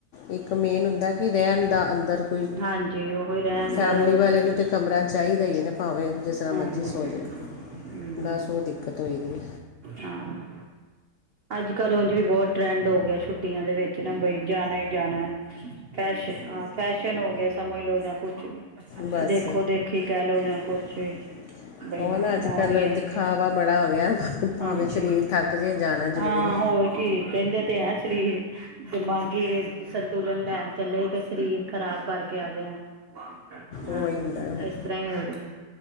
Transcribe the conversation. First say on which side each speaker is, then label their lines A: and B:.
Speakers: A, on the left (about 80°); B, on the right (about 75°).
A: ਇੱਕ ਮੇਨ ਹੁੰਦਾ ਕਿ ਰਹਿਨ ਦਾ ਅੰਦਰ ਕੋਈ
B: ਹਾਂਜੀ ਉਹੀ ਰਹਿਣ
A: ਫੈਮਲੀ
B: ਦਾ ਰੋਜ਼
A: ਵਾਲੇ
B: ਫਿਰ
A: ਨੂੰ ਤੇ ਕਮਰਾ ਚਾਹੀਦਾ ਈ ਏਨਾ ਭਾਵੇਂ ਜਿਸ ਤਰ੍ਹਾਂ
B: ਹਾਂਜੀ
A: ਮਰਜ਼ੀ ਸੋ ਜਾਵੇ
B: ਹਮ
A: ਬਸ ਉਹ ਦਿੱਕਤ ਹੋਈ ਦੀ ਏ
B: ਹਾਂ ਅੱਜ ਕੱਲ੍ਹ ਉਂਜ ਵੀ ਬਹੁਤ ਟਰੈਂਡ ਹੋ ਗਿਆ ਛੁੱਟੀਆਂ ਦੇ ਵਿੱਚ ਨਾ ਬਈ ਜਾਨਾ ਹੀ ਜਾਨਾ ਫੈਸ਼ਨ ਹਾਂ ਫੈਸ਼ਨ ਹੋ ਗਿਆ ਸਮਝ ਲਓ ਜਾਂ ਕੁਛ ਵੀ
A: ਬਸ
B: ਦੇਖੋ ਦੇਖੀ ਕਹਿ ਲੋ ਜਾਂ
A: ਲਓ
B: ਕੁਛ ਵੀ ਹਾ
A: ਵੀ।
B: ਬਈ
A: ਉਹ ਨਾ ਅੱਜ
B: ਮਹੋਲ
A: ਕੱਲ੍ਹ
B: ਈ ਏ
A: ਦਿਖਾਵਾ ਬੜਾ ਹੋ ਗਿਆ ਭਾਵੇਂ
B: ਹਾਂਜੀ
A: ਸਰੀਰ ਥੱਕ ਜੇ ਜਾਣਾ ਜ਼ਰੂਰ
B: ਹਾਂ
A: ਹੈ
B: ਹੋਰ ਕੀ ਕਹਿੰਦੇ ਤੇ ਹੈ ਸਰੀਰ ਦਿਮਾਗੀ ਸੰਤੁਲਨ ਲੈਨ ਚੱਲੇ ਤੇ ਸਰੀਰ ਖ਼ਰਾਬ ਕਰਕੇ ਆ ਗਏ ਆ ਹਾਂ
A: ਉਹ ਹੀ ਹੁੰਦਾ ਹੈ
B: ਇਸ ਤਰ੍ਹਾਂ ਹੀ ਹੋਏ ਗ